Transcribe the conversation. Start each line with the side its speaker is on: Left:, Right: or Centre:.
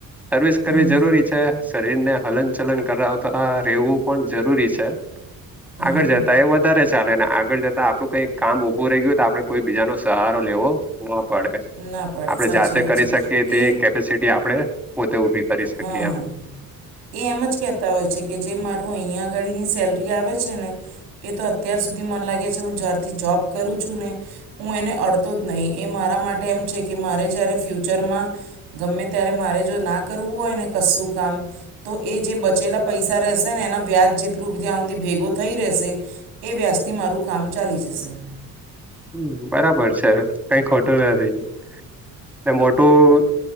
Centre: સર્વિસ
Right: હમ
Centre: કરવી જરૂરી છે, શરીર ને હલન ચલન કરાવતા રહેવું પણ જરૂરી છે.
Right: હમ
Centre: આગળ જતા એ વ ધારે ચાલે ને આગળ જતા આપડું કઈક કામ ઊભું રહી ગયું તો આપડે કોઈ બીજાનો સહારો લેવો ન પડે
Right: ના પડે
Centre: આપડે
Right: સાચી
Centre: જાતે
Right: વાત
Centre: કરી
Right: છે
Centre: શકીએ તે
Right: એ
Centre: કેપેસિટી આપડે પોતે ઉભી કરી શકીએ
Right: હા.
Centre: એમ
Right: એ એમ જ કહેતા હોય છે, કે જે મારું અહીંયા આગાડીની સેલરી આવે છે, ને એ તો અત્યાર સુધી મન લાગે છે, હું જ્યારથી જોબ કરું છું ને ઉ એને અડતો જ નહીં એ મારા માટે એમ છે, કે મારે જય્યારે ફ્યુચરમાં ગમે ત્યારે મારે જો ના કરવું હોય ને કસ્સું કામ તો એ જે બચેલા પૈસા રહેશે ને એના વ્યાજ જેટલું બ તયા હુધી ભેગુ થઈ રહેશે એ વ્યાજથી મારું કામ ચાલી જશે
Centre: હમ બરાબર છે, કઈ ખોટું નથી મોટું